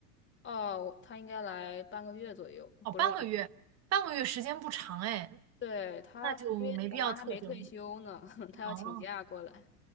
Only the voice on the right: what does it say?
哦，
半个月，半个月时间不长哎，
那就没必要特征了。
哦，